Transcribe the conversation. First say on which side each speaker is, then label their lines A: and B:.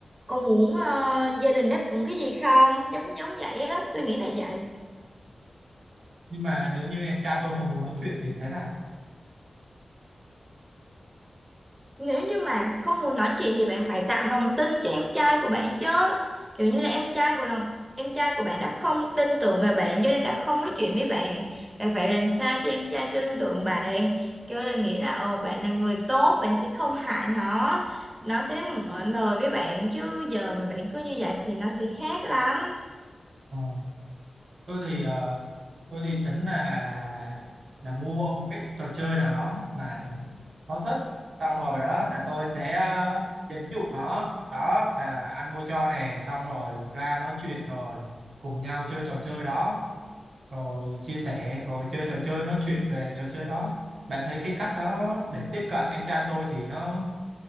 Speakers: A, on the right (about 15°); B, on the right (about 75°).
A: có muốn ờ, gia đình đáp ứng cái gì không giống giống vậy á tôi nghĩ là vậy
B: nhưng mà nếu như em trai tôi không muốn nói chuyện thì thế nào?
A: Nếu như mà không muốn nói chuyện thì bạn phải tạo lòng tin cho em trai của bạn chứ. Kiểu như là em trai của lòng em trai của bạn đã không tin tưởng vào bạn cho nên đã không nói chuyện với bạn. Bạn phải làm sao cho em trai tin tưởng bạn. Kiểu là nghĩ là ồ bạn là người tốt, bạn sẽ không hại nó. Nó sẽ mở lời với bạn chứ giờ mà bạn cứ như vậy thì nó sẽ khác lắm.
B: Ờ. Tôi thì ờ, tôi thì tính là là mua một cái trò chơi nào đó mà nó thích xong rồi đó là tôi sẽ ờ, dẫn dụ nó đó là anh mua cho nè xong rồi ra nói chuyện rồi cùng nhau chơi trò chơi đó rồi chia sẻ rồi chơi trò chơi nói chuyện về trò chơi đó bạn thấy cái cách đó để tiếp cận em trai tôi thì nó